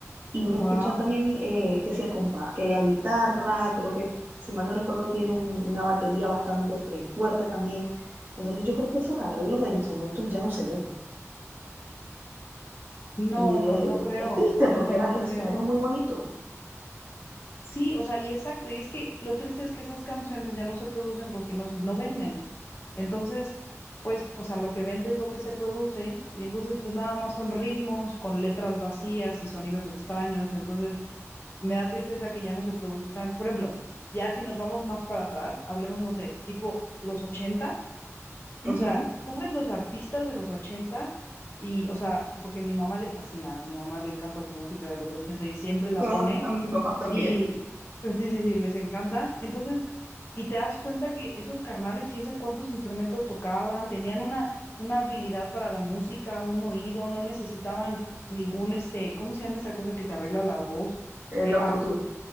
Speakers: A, on the right (about 45°); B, on the left (about 50°).
A: y uno escucha
B: wow.
A: también eh, que si el compás, que la guitarra, creo que, si mal no recuerdo, tiene un- una batería bastante eh, fuerte también. Entonces yo creo que esos arreglos de instrumentos ya no se ven.
B: No,
A: Y eh,
B: no, no creo.
A: es triste
B: Sí,
A: porque
B: no,
A: era,
B: no creo.
A: es, era muy bonito.
B: Sí, o sea, y exacto, y es que lo triste es que esas canciones ya no se producen porque no, no venden. Entonces, pues, o sea, lo que vende es lo que se produce, y entonces, pues nada más son ritmos con letras vacías y sonidos extraños. Entonces, me da tristeza que ya no se produzcan. Por ejemplo, ya si nos vamos más para atrás, hablemos, no sé, tipo los 80,
A: Ujú.
B: o sea, tú ves los artistas de los 80 y, o sea, porque mi mamá le fascina, a mi mamá le encanta su música de los 80 y siempre la
A: Ah,
B: pone.
A: a mis papás también.
B: Y pues, sí, sí, sí, les encanta. Entonces, y te das cuenta que esos carnales, quién sabe cuántos instrumentos tocaban, tenían una, una habilidad para la música, un oído, no necesitaban ningún, este, ¿cómo se llama esa cosa que te arregla la voz?
A: El
B: Eh,
A: autotune.
B: ah,